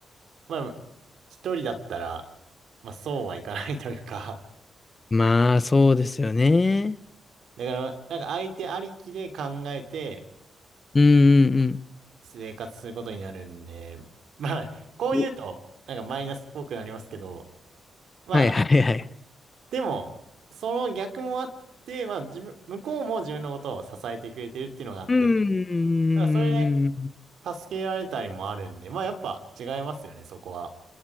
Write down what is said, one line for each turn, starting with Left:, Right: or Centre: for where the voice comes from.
Right: まあ、一人だったら、まあそうはいかないというか、
Left: まあ、そうですよね。
Right: だからなんか相手ありきで考えて、
Left: うんうんうん。
Right: 生活することになるんで、まあ、こう言うと、
Left: <laughs>
Right: なんかマイナスっぽくなりますけど、まあ、
Left: はいはいはい。
Right: でも、その逆もあって、まあ、自分、向こうも自分のことを支えてくれてるっていうのがあって、
Left: うーん。
Right: ただそれで助けられたりもあるんで、まあ、やっぱ違いますよね、そこは。